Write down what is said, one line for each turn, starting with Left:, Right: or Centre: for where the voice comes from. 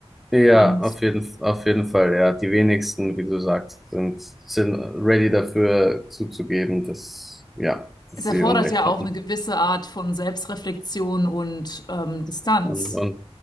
Centre: ja,
Left: Und
Centre: auf jeden, auf jeden Fall, ja. Die wenigsten, wie du sagst, sind, sind ready dafür zuzugeben, dass, ja, dass
Left: es erfordert
Centre: sie Unrecht
Left: ja
Centre: hatten.
Left: auch eine gewisse Art von Selbstreflexion und ähm, Distanz.
Centre: Und, und,